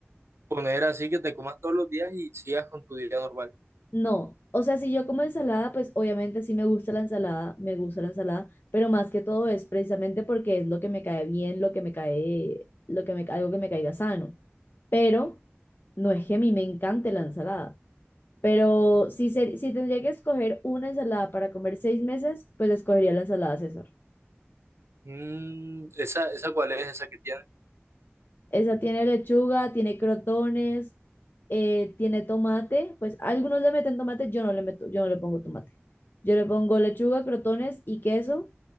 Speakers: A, on the right (about 75°); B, on the left (about 45°).
A: poner así que te comas todos los días y sigas con tu día normal.
B: No, o sea, si yo como ensalada, pues obviamente sí me gusta la ensalada, me gusta la ensalada, pero más que todo es precisamente porque es lo que me cae bien, lo que me cae, lo que me, algo que me caiga sano. Pero no es que a mí me encante la ensalada. Pero si, se- si tendría que escoger una ensalada para comer seis meses, pues escogería la ensalada César.
A: Mm, esa, esa cuál es esa que tienes.
B: Esa tiene lechuga, tiene crotones, eh, tiene tomate. Pues algunos le meten tomate, yo no le meto, yo no le pongo tomate. Yo le pongo lechuga, crotones y queso.